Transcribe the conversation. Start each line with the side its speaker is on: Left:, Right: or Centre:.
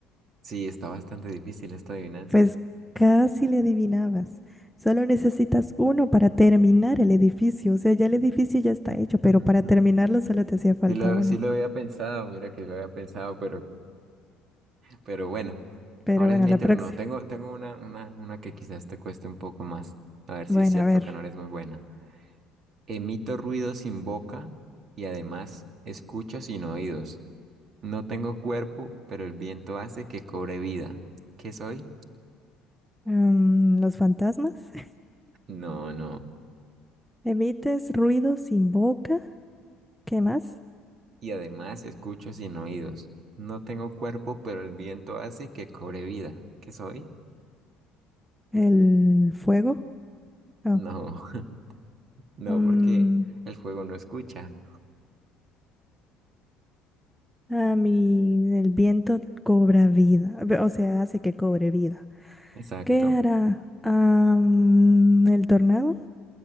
Right: sí, está bastante difícil esta adivinanza.
Centre: Pues casi le adivinabas. Solo necesitas uno para terminar el edificio. O sea, ya el edificio ya está
Right: <laughs>
Centre: hecho, pero
Right: Ujú.
Centre: para terminarlo solo te hacía falta
Right: Sí lo,
Centre: uno.
Right: sí lo había pensado, mira que lo había pensado, pero Pero bueno,
Centre: Pero
Right: ahora
Centre: bueno,
Right: es mi
Centre: la
Right: turno.
Centre: próxima.
Right: Tengo, tengo una, una, una que quizás te cueste un poco más. A ver si
Centre: Bueno,
Right: es cierto
Centre: a ver.
Right: que no eres muy buena. Emito ruido sin boca y además escucho sin oídos. No tengo cuerpo, pero el viento hace que cobre vida. ¿Qué soy?
Centre: mm, los fantasmas. <laughs>
Right: No, no.
Centre: Emites ruido sin boca. ¿Qué más?
Right: Y además escucho sin oídos. No tengo cuerpo, pero el viento hace que cobre vida. ¿Qué soy?
Centre: El fuego. Oh,
Right: No, <laughs> no,
Centre: mm,
Right: porque el fuego no escucha.
Centre: a mí el viento cobra vida. Ve- O sea, hace que cobre vida.
Right: Exacto.
Centre: ¿Qué hará? Ah, mm, el tornado.